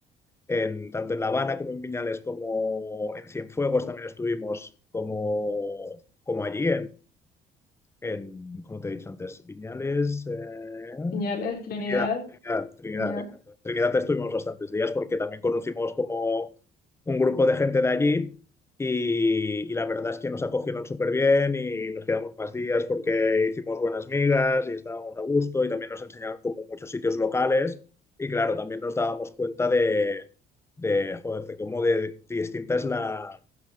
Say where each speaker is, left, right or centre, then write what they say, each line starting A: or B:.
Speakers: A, on the left; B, on the left.
A: en- tanto en La Habana como en Viñales, como en Cienfuegos también estuvimos, como, como allí en, como te he dicho antes, Viñales, eh,
B: Señales, Trinidad,
A: Trinidad, Trinidad, Trinidad,
B: Trinidad,
A: exacto. Trinidad estuvimos bastantes días porque también conocimos como un grupo de gente de allí y, y la verdad es que nos acogieron súper bien y nos quedamos más días porque hicimos buenas migas y estábamos a gusto y también nos enseñaban como muchos sitios locales y claro, también nos dábamos cuenta de, de joder, de cómo de, de distinta es la